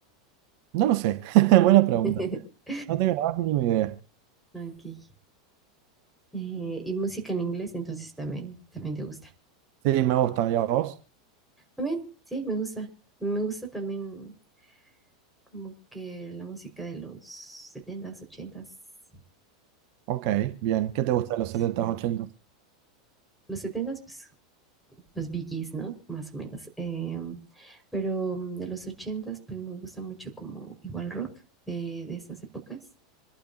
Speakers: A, on the right; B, in the centre.
A: No lo sé, <laughs> buena pregunta.
B: <laughs>
A: No tengo la más mínima idea.
B: Ok. Eh, y música en inglés, entonces también, también te gusta.
A: Sí, me gusta, ¿y a vos?
B: También, sí, me gusta. Me gusta también como que la música de los setentas, ochentas.
A: Ok, bien. ¿Qué te gusta de los
B: Sí.
A: setenta s 80
B: Los setentas, pues, los Biggies, ¿no? Más o menos. Em, pero mm, de los ochentas, pues me gusta mucho como igual rock de, de esas épocas.